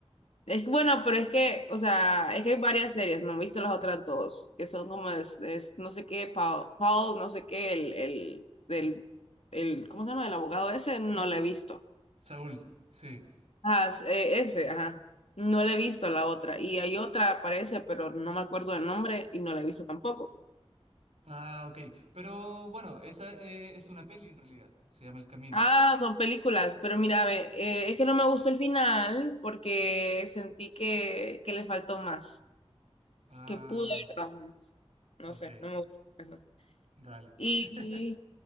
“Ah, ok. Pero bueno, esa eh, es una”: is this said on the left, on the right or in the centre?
Right